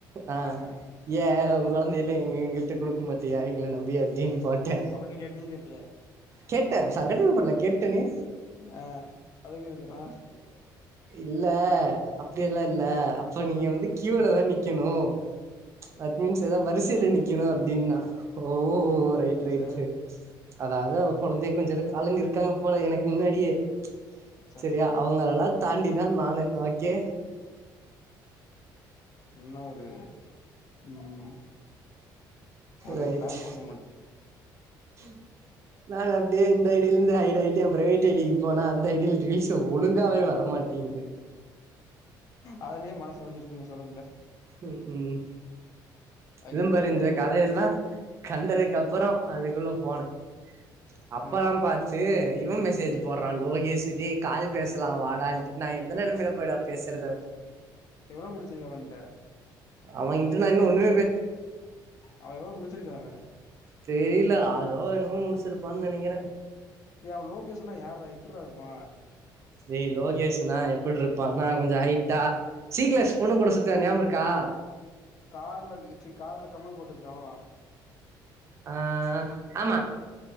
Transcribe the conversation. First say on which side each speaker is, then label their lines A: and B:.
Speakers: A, on the right; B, on the left.
A: ஆ
B: ஆஹா
A: ஏ குழந்தையில எங்கிட்ட கொடுக்க மாட்டியா எங்களை நம்பி அப்டின்னு போட்டே
B: அப்டின்னு கேட்ட நீ கேட்டிய
A: கேட்டே சங்கட்டமேபடல கேட்டேனே
B: ஆ அதுக்கு பா
A: இல்ல அப்டியெல்லாம் இல்ல அப்ப நீங்க வந்து கியோலதான் நிக்கணும் தட் மீன்ஸ் ஏதது வரிசையில நிக்கணும் அப்டின்னா ஓ
B: என்ன
A: ரைட்
B: வரிச
A: ரைட் ரைட் அதாவது குழந்தைய கொஞ்ச ஆளுங்க இருக்காங்க போல எனக்கு முன்னாடியே
B: ச்ச
A: செரியா அவங்கல்லா தாண்டிதான் நானு ஓகே
B: என்ன ஒரு ம் ஒரு
A: ரைட்
B: பேக்வர்ட் மூமெண்ட்
A: <inaudible> நான் அப்டியே அந்த ஐடில இருந்து ஐ ஐடில என் பிரைவேட் ஐடிக்கு போனா அந்த ஐடியில ரீல்ஸ் ஒழுங்காவே வரமாட்டேங்கு
B: அதுலயே மனசு ஒடஞ்சிருக்குமே சொன்னதுல்ல
A: ம்
B: ஐ
A: இது
B: கேன்
A: பாி
B: ஃபீல்
A: இந்த
B: இட் ப்ரோ
A: கதயெல்லாம் கண்டதுக்குப்புறம் அது உள்ள போனேன் அப்ல்லாம்
B: என்னடா
A: பாத்து இவன் மெசேஜ் போடுறான் லோகி பேசிட்டே கால் பேசலாம் வாடான்ட்டு நான எந்த நெமம்லளப்படா பேச <inaudible>
B: எவ்வளோ முடிச்சுக்க வன்ட்ட
A: அவன்ங்கட்டு நான என் ஒன்னு
B: அவ எவ்வளவு முடிச்சிருக்க அவ
A: தெரியல ஆரோ என்னமோ முடிச்சிருப்பான்னு நினைக்கிறேன்
B: டேய் அவன் லொகேஷ்ன யார எப்ருப்பான்
A: ஏய்லோகேஷ்னா எப்டி இருப்பான்னா கொஞ்சம் ஹைட்டா சீ கிலேஸ் பொண்ணு கூட சுத்தவான் ஞாபகம் இருக்கா
B: கார் ச்சி கல கம்மல் போட்டுக்கிட்டா அவனா
A: ஆ ஆமா